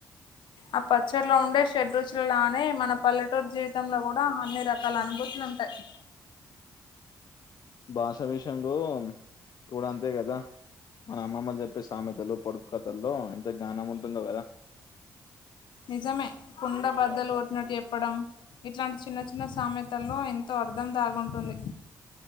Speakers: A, on the left (about 70°); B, on the left (about 55°).
A: ఆ పచ్చట్లో ఉండే షెడ్రూచలనే మన పల్లెటూరు జీవితంల కూడా అన్ని రకాల అనుభూతు లుంటయి
B: భాష విషయంలో కూడా అంతే కదా మన అమ్మమ్మలు చెప్పే సామెతలు పొడుపు కథల్లో ఎంత జ్ఞానం ఉంటుందో కదా
A: నిజమే కుండబద్దలు కొట్టినట్టు చేప్పడం ఇట్లాంటి చిన్న చిన్న సమెతల్లో ఎంతో అర్ధం దాగుంటుంది